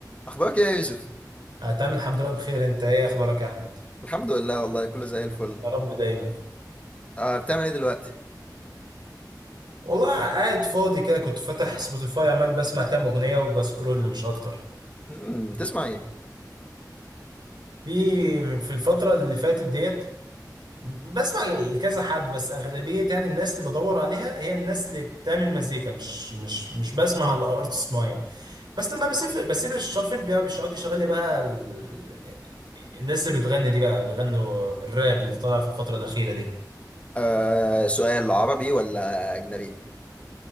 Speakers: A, on the left; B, on the right.
A: اخبارك ايه يا يوسف
B: آه، تمام الحمد لله بخير انت ايه اخبارك يا احمد
A: الحمد لله والله كله زي الفل
B: يا رب دايما
A: آه بتعمل ايه دلوقتي
B: والله قاعد فاضي كده كنت فاتح سبوتيفاي عمال بسمع كام اغنيه وبسكرول مش اكتر
A: امم تسمع ايه
B: في في الفتره اللي فاتت ديت بسمع لكذا حد بس اغلبيه يعني الناس اللي بدور عليها هي الناس اللي بتعمل مزيكا مش مش مش بسمع لارتست معين بس لما بسيب بسيب الشافل بقى بيقعد يشغل لي بقى ال... الناس اللي بتغني دي بقى بيغنوا الراب اللي طالع في الفتره الاخيره دي
A: آه سؤال عربي ولا اجنبي